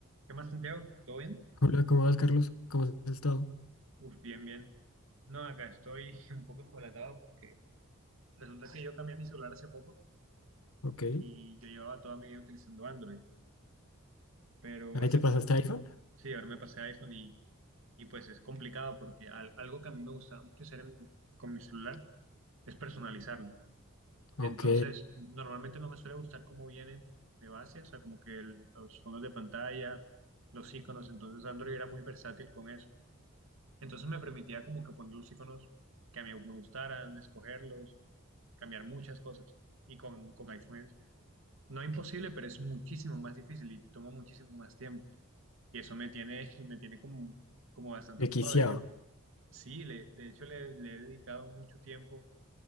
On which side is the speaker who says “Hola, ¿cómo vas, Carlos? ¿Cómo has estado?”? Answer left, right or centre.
Left